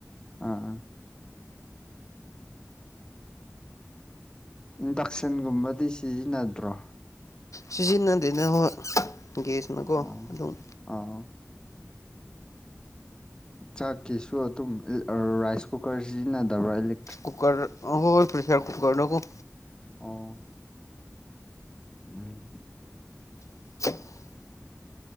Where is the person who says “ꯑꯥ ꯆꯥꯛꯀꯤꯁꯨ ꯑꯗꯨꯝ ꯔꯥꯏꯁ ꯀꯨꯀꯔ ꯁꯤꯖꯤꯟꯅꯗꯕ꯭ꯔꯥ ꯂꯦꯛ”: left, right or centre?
Left